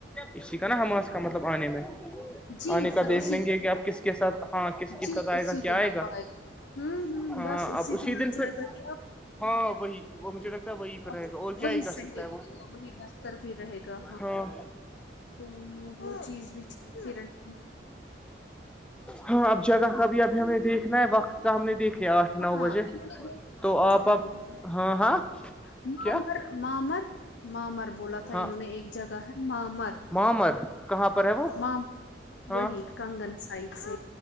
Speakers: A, in the centre; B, on the left.
A: اسی کا نا ہما اس کا مطلب آنے میں
B: جی
A: آنے کا
B: پھر
A: دیکھ
B: اسی
A: لیں
B: دن
A: گے کہ آپ کس کے ساتھ ہاں کس کے
B: جی
A: ساتھ آئے
B: اسی
A: گا کیا
B: دن
A: آئے
B: آپ
A: گا
B: ہوں ہوں
A: ہاں
B: بس
A: اب اسی
B: آ
A: دن
B: جائے
A: پھر
B: گا یہ آپ
A: ہاں وہی وہ مجھے لگ وہی پ
B: آپ-
A: رہے گا اور کیا
B: وہی
A: یہ کر
B: صحیح
A: سکتا ہے
B: رہے
A: وہ
B: گا وہی بہتر بھی رہے گا
A: ہاں
B: تو وہ چیز بھی ٹھیک ہی رکھتی
A: ہاں اب جگہ کا بھی ابھی ہمیں دیکھنا ہے وقت کا ہم نے دیکھنا آٹھ نو
B: ہاں
A: بجے
B: انہوں نے بولا
A: تو آپ اب
B: ہاں
A: ہاں ہاں
B: مامر
A: کیا
B: مامر مامر بولا تھا
A: ہاں
B: انہوں نے ایک جگہ ہے مامر
A: معمر کہاں پر ہے وہ
B: مام
A: ہاں
B: وہی کنگن سائڈ سے